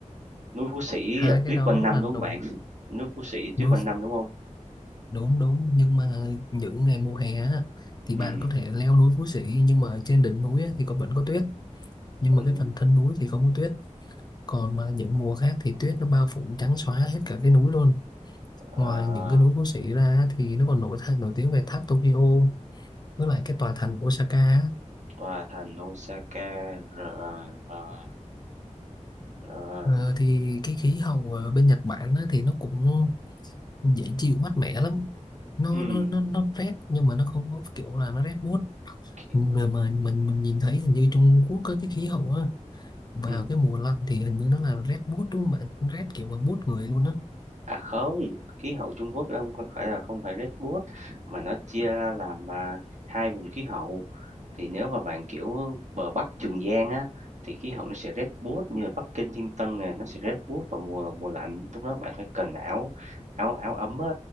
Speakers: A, on the right (about 70°); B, on the left (about 35°).
A: núi Phú Sĩ
B: hai
A: là
B: cái
A: tuyết
B: đó
A: quanh năm
B: là
A: đúng
B: đồi
A: không bạn? <laughs> Núi Phú Sĩ tuyết
B: núi
A: quanh năm đúng không?
B: đúng đúng nhưng mà những ngày mùa hè á, thì
A: Ừ.
B: bạn có thể leo núi Phú Sĩ nhưng mà trên đỉnh núi á, thì có vẫn có tuyết nhưng
A: còn
B: mà cái phần thân núi thì không có tuyết còn mà những mùa khác thì tuyết nó bao phủ trắng xóa hết cả cái núi luôn
A: ờ,
B: ngoài những cái núi Phú Sĩ ra á, thì nó còn nổi thay nổi tiếng về tháp Tokyo với lại cái tòa thành Osaka á.
A: tòa thành Osaka rồi rồi rồi.
B: ờ, thì cái khí hậu ở bên Nhật Bản á, thì nó cũng dễ chịu mát mẻ lắm nó
A: Ừm,
B: nó nó nó rét nhưng mà nó không có kiểu là nó rét buốt
A: ki-
B: mà mà mình mình nhìn thấy hình như Trung Quốc có cái khí hậu á vào
A: ừm.
B: cái mùa lạnh thì hình như nó là rét buốt đúng không bạn rét kiểu mà buốt người luôn á
A: À không, khí hậu Trung Quốc đâu có phải là không phải Red Bull mà nó chia ra làm à, hai vùng khí hậu. Thì nếu mà bạn, kiểu, bờ Bắc Trường Giang á, thì khí hậu nó sẽ rét buốt như là Bắc Kinh, Thiên Tân nè, nó sẽ rét buốt vào mùa mùa lạnh, lúc đó bạn phải cần áo áo áo ấm á,